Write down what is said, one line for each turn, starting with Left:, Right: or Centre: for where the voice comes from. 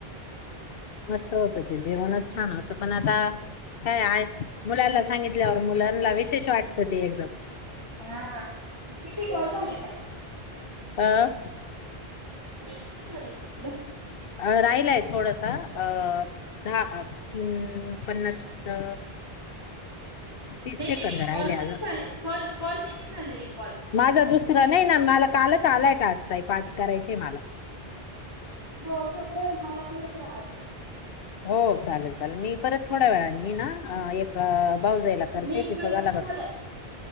Left: मस्त होतं ते जीवनच छान होतं पण आता. काय आहे मुलांना सांगितल्यावर मुलांना विशेष वाटतं ते एकदम.
Right: ''हां ''हां''किती कॉल झाले ताई?
Left: हां?
Right: कॉल किती झालेत म्हटलं?
Left: अ राहिलाय थोडासा अ, दहा अ हम्म पन्नास अ, तीस
Right: नाही
Left: सेकंद
Right: नाही नाही कॉल
Left: राहिले
Right: किती
Left: अजून
Right: झाले? कॉल कॉल किती झालेले कॉल?
Left: माझा दुसरा नाही ना मला कालच आलाय टास्क ताई पाच करायचे मला.
Right: हो बर मला करत राहा आज मग.
Left: हो चालेल चालेल मी. परत थोड्या वेळाने ह ना
Right: हा.
Left: एक बाऊज यायला करते
Right: मी
Left: तिचां झाला
Right: तुम्हाला
Left: का,